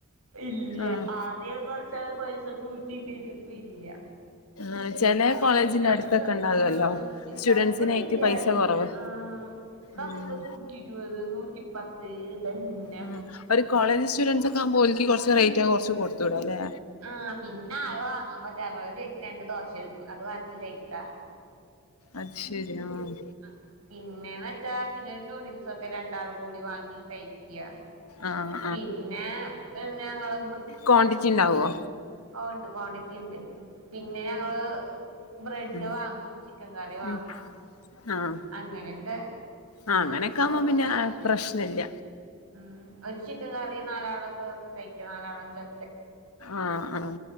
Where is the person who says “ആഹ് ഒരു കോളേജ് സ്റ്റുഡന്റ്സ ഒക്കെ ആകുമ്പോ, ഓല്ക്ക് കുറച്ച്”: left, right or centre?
Left